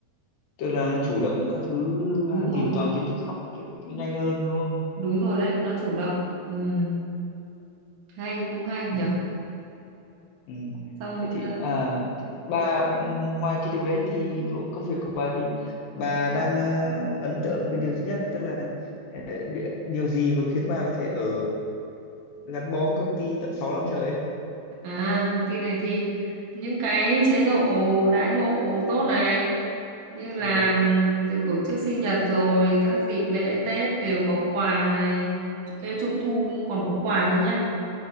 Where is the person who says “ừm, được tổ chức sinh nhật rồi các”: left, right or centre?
Right